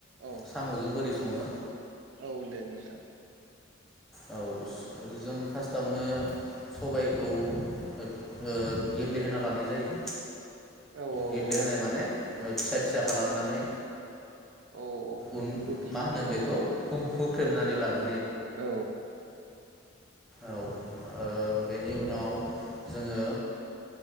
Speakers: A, on the right (about 75°); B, in the centre.
A: औ
B: साम'जों बोरै सं संङो
A: औ दे नोंथां
B: औ जों फार्स्टआवनो सबायखौ ओ गेब्लेहोना लानाय जायो
A: औ औ
B: गेब्लेहोनाय
A: औ
B: माने ओ फिसा फिसा खालामनानै
A: औ
B: उन
A: रुखिनानै
B: मा होनो बेखौ
A: लानाय
B: हुंखुं ख्रेमनानै लागोन
A: औ
B: औ बेनि उनाव जोंङो